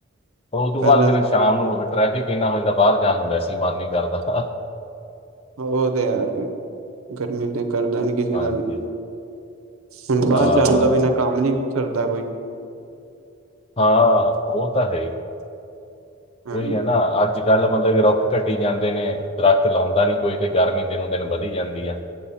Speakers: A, on the left; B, on the right.
A: ਉਹ ਤੋਂ
B: ਪਹਿਲਾਂ
A: ਬਾਅਦ ਫਿਰ ਸ਼ਾਮ ਨੂੰ ਟ੍ਰੈਫਿਕ ਇੰਨਾ ਹੋ ਜਾਂਦਾ ਬਾਹਰ ਜਾਣ ਨੂੰ ਵੈਸੇ ਹੀ ਮਨ ਨੀ ਕਰਦਾ।
B: ਉਹ ਤੇ ਹੈ ਫਿਰ ਗਰਮੀ ਤੇ ਕਰਦਾ ਨੀ। ਕਿਸੇ
A: ਹਾਂਜੀ
B: ਦਾ ਵੀ ਹੁਣ ਬਾਹਰ
A: ਹਾਂ
B: ਜਾਣ
A: ਹਾਂ
B: ਤੋਂ ਬਿਨਾਂ ਕੰਮ ਨੀ ਕਰਦਾ ਕੋਈ‌।
A: ਹਾਂ ਉਹ ਤਾਂ ਹੈ ਹੀ
B: ਹਾਂਜੀ
A: ਕੋਈ ਹੈ ਨਾ ਅੱਜ ਕੱਲ੍ਹ ਮਤਲਬ ਕਿ ਰੁੱਖ ਘਟੀ ਜਾਂਦੇ ਨੇ ਦਰੱਖਤ ਲਾਉਂਦਾ ਨੀ ਕੋਈ, ਤੇ ਗਰਮੀ ਦਿਨੋ ਦਿਨ ਵਧੀ ਜਾਂਦੀ ਆ।